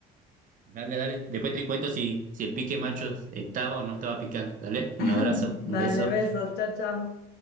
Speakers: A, on the right (about 50°); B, on the left (about 70°).
A: Dale, dale. Después te cuento si, si el pique macho estaba o no estaba picante. Dale,
B: <laughs>
A: un abrazo, un
B: Dale,
A: beso.
B: besos, chao, chao.